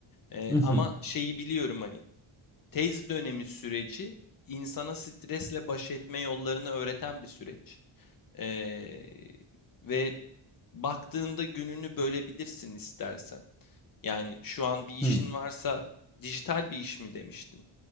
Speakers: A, on the left (about 45°); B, in the centre.
A: Ee,
B: Hı hı.
A: ama şeyi biliyorum hani tez dönemi süreci insana stresle baş etme yollarını öğreten bir süreç. Ee, ve baktığında gününü bölebilirsin istersen. Yani şu an bir işin
B: Hı.
A: varsa dijital bir iş mi demiştin?